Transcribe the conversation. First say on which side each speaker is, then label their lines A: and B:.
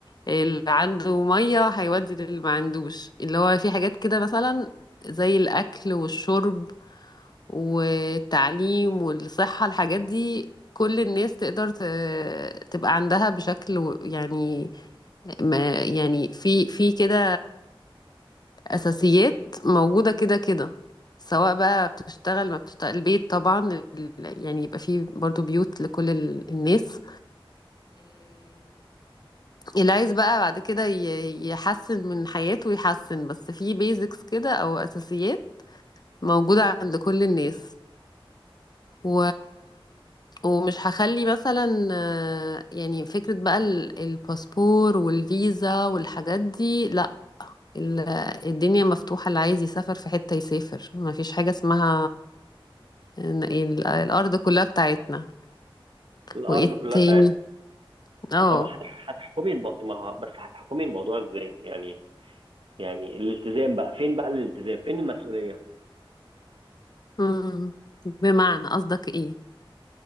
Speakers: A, on the left; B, on the right.
A: اللي عنده ميه هيودي للي ما عندوش اللي هو في حاجات كده مثلا زي الاكل والشرب والتعليم والصحه الحاجات دي كل الناس تقدر ت- تبقى عندها بشكل و- يعني ما يعني في في كده اساسيات موجوده كده كده سواء بقى بتشتغل ما بتشتغل البيت طبعا ال- يعني يبقى فيه برضو بيوت لكل ال- الناس اللي عايز بقى بعد كده ي- يحسن من حياته يحسن بس في بيزكس كده او اساسيات موجودة عند كل الناس و... ومش هخلي مثلا آه، يعني فكرة بقى ال- الباسبور والفيزا والحاجات دي لا ال- الدنيا مفتوحة اللي عايز يسافر في حتة يسافر ما فيش حاجة اسمها إن- ال- الارض كلها بتاعتنا
B: الارض
A: وايه
B: كلها
A: تاني
B: بتاعتك
A: اه
B: طب هتح- هتحكمي الم... ما ه- بس هتحكمي الموضوع ازاي يعني يعني الالتزام بقى فين بقى الالتزام فين المسؤولية
A: مم. بمعنى قصدك ايه